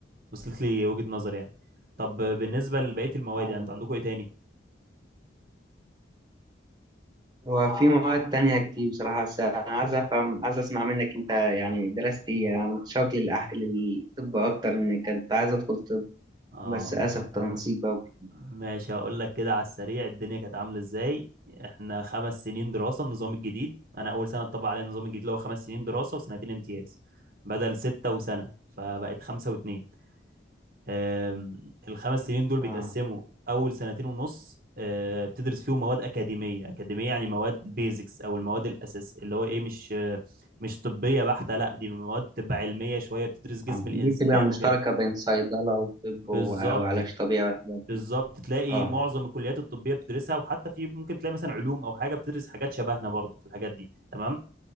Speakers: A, on the right; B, on the right.
A: وصلت لي وجهه نظر يعني طب بالنسبه لبقيه المواد
B: آه.
A: يعني انتوا عندكم ايه تاني
B: هو في مواد تانية كتير بصراحة بس أنا عايز أفهم عايز أسمع منك أنت يعني درست إيه أنا متشوق للأح... للطب أكتر إن كنت عايز أدخل طب
A: اه
B: بس للأسف تنسيق بقى وكده.
A: ماشي هقول لك كده على السريع الدنيا كانت عامله ازاي احنا خمس سنين دراسه النظام الجديد انا اول سنه اتطبق علينا النظام الجديد اللي هو خمس سنين دراسه وسنتين امتياز بدل سته وسنه فبقت خمسه واتنين أم، الخمس سنين دول
B: آه
A: بيتقسموا اول سنتين ونص أه، بتدرس فيهم مواد اكاديميه اكاديميه يعني مواد بيزكس او المواد الاساس اللي هو ايه مش مش طبيه بحته لا دي مواد تبقى علميه شويه بتدرس جسم
B: آه
A: الانسان
B: دي بتبقى مشتركة
A: وكده
B: بين صيدلة وطب
A: بالظبط
B: و- وعلاج طبيعي والحاجات
A: بالظبط
B: دي
A: تلاقي
B: آه
A: معظم الكليات الطبيه بتدرسها وحتى في ممكن تلاقي مثلا علوم او حاجه بتدرس حاجات شبهنا برضه في الحاجات دي تمام